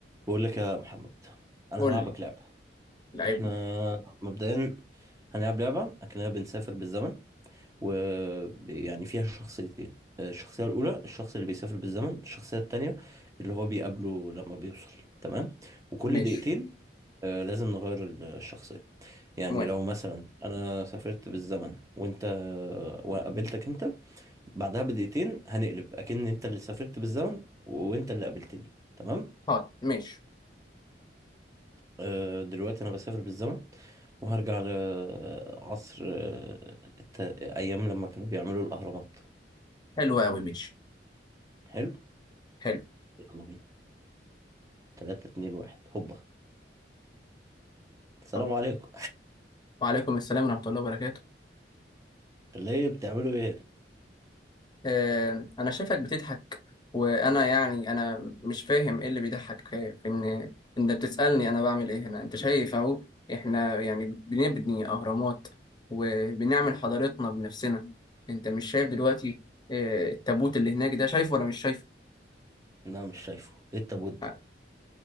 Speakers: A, on the right; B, on the left.
A: بقول لك يا محمد انا
B: قول
A: هلعبك
B: لي
A: لعبه
B: لعيب
A: احنا
B: لي.
A: مبدئيا هنلعب لعبه اكننا بنسافر بالزمن ويعني فيها شخصيتين آه، الشخصيه الاولى الشخص اللي بيسافر بالزمن الشخصيه التانية اللي هو بيقابله لما بيوصل تمام وكل
B: ماشي
A: دقيقتين آه، لازم نغير الشخصيه يعني
B: موافق
A: لو مثلا انا سافرت بالزمن وانت آه، وقابلتك انت بعدها بدقيقتين هنقلب اكن انت اللي سافرت بالزمن وانت اللي قابلتني تمام
B: حاضر ماشي
A: آه، دلوقتي انا بسافر بالزمن وهرجع لعصر الت... ايام لما كانوا بيعملوا الاهرامات
B: حلو قوي ماشي
A: حلو
B: حلو
A: يلا بينا 3 2 1 هوبا السلام
B: طيب
A: عليكم
B: وعليكم السلام ورحمة الله وبركاته
A: <laughs> ليه بتعملوا ايه
B: آه أنا شايفك بتضحك وأنا يعني أنا مش فاهم إيه اللي بيضحك في في إن إن بتسألني أنا بعمل إيه هنا أنت شايف أهو إحنا يعني بنبني أهرامات وبنعمل حضارتنا بنفسنا أنت مش شايف دلوقتي آه التابوت اللي هناك ده شايفه ولا مش شايفه؟
A: هنا لا مش شايفه ايه التابوت ده
B: آه،